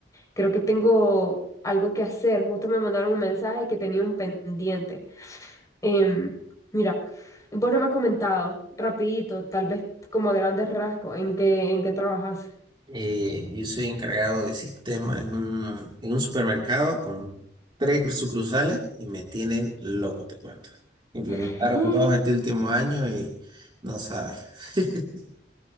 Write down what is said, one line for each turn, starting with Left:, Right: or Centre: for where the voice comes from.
Left: creo que tengo algo que hacer, justo me mandaron un mensaje que tenía un pendiente. Em, mira, vos no me has comentado, rapidito, tal vez como a grandes rasgos, en qué, en qué trabajas.
Right: Eh, yo soy encargado de sistemas en un, en un supermercado con tres sucursales y me tienen loco, te cuento. Implementaron
Left: <laughs>
Right: dos este último año y no sabes. <laughs>